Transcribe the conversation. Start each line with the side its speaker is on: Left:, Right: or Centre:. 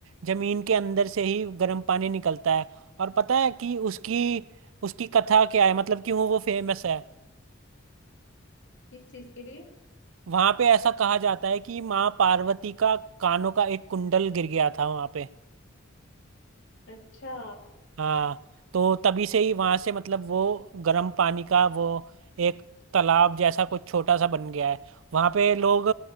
Right: जमीन के अंदर से ही गर्म पानी निकलता है और पता है कि उसकी उसकी कथा क्या है मतलब क्यों वो फेमस है
Left: किस चीज के लिए
Right: वहां पे ऐसा कहा जाता है कि माँ पार्वती का कानों का एक कुंडल गिर गया था वहां पे
Left: अच्छा
Right: हाँ तो तभी से ही वहां से मतलब वो गर्म पानी का वो एक तालाब जैसा कुछ छोटा सा बन गया है वहां पे लोग